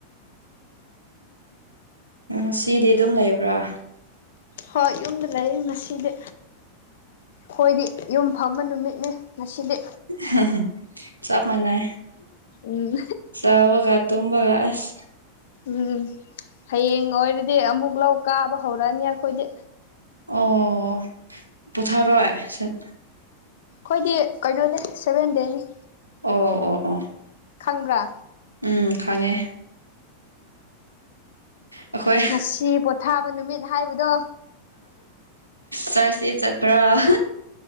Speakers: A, on the right (about 80°); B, on the left (about 55°).
A: ꯎꯝ ꯁꯤꯗꯤ ꯑꯗꯨꯝ ꯂꯩꯕ꯭ꯔꯥ
B: ꯍꯣꯏ ꯌꯨꯝꯗ ꯂꯩꯌꯦ ꯉꯁꯤꯗꯤ ꯈꯣꯏꯗꯤ ꯌꯨꯝ ꯐꯝꯕ ꯅꯨꯃꯤꯠꯅꯦ ꯉꯁꯤꯗꯤ
A: ꯍ ꯍꯦꯍꯦ ꯆꯞ ꯃꯅꯩ
B: ꯎꯝ
A: ꯆꯥꯕꯒ ꯇꯨꯝꯕꯒ ꯑꯁ
B: ꯎꯝ ꯍꯌꯦꯡ ꯂꯣꯏꯔꯗꯤ ꯑꯃꯨꯛ ꯂꯧ ꯀꯥꯕ ꯍꯧꯔꯑꯅꯤ ꯑꯈꯣꯏꯗꯤ
A: ꯑꯣ ꯄꯨꯊꯔꯣꯏ ꯁꯟ
B: ꯈꯣꯏꯗꯤ ꯀꯩꯅꯣꯅꯦ ꯁꯚꯦꯟ ꯗꯦꯅꯤ
A: ꯑꯣ ꯑꯣ ꯑꯣ
B: ꯈꯪꯕ꯭ꯔꯥ
A: ꯎꯝ ꯈꯪꯉꯦ ꯑꯩꯈꯣꯏ
B: ꯉꯁꯤ ꯄꯣꯊꯥꯕ ꯅꯨꯃꯤꯠ ꯍꯥꯏꯕꯗꯣ
A: ꯆꯔꯁꯇꯤ ꯆꯠꯄ꯭ꯔꯥ